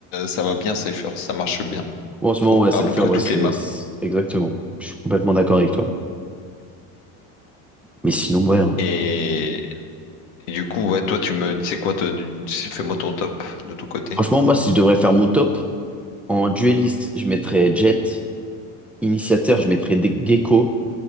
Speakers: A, on the left; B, in the centre.
A: ça va bien, Cypher. Ça marche bien.
B: Ouais, en ce
A: Sur
B: moment, ouais, Cypher,
A: à peu près
B: ouais,
A: toutes
B: c'est
A: les maps.
B: c'est- exactement. Je suis complètement d'accord avec toi. Mais sinon, ouais. hein.
A: Et, et du coup, ouais, toi, tu me. C'est quoi, toi, du- fais-moi ton top de ton côté.
B: Franchement, moi, si je devrais faire mon top, en dueliste, je mettrais Jett. Initiateur, je mettrais Ge- Gecko.